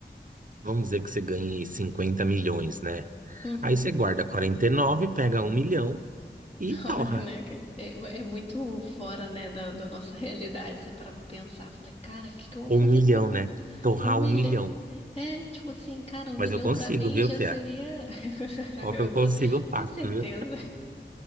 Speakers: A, on the right; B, on the left.
A: Vamos dizer que você ganhe 50 milhões, né,
B: Uhum.
A: aí você guarda 49, pega um milhão e
B: <laughs>
A: torra.
B: Olha, né? que É, é muito fora, né, da, da nossa realidade. Você parar pra pensar. Falei, cara, o que que eu vou
A: Um
B: fazer
A: milhão,
B: com
A: né? Torrar
B: um milhão?
A: um milhão.
B: É, tipo assim, cara, um
A: Mas
B: milhão
A: eu consigo,
B: pra mim
A: viu,
B: já
A: Fia?
B: seria. <laughs>
A: Qual
B: Eu,
A: que eu
B: dou...
A: consigo
B: eu
A: fácil,
B: tenho certeza,
A: viu?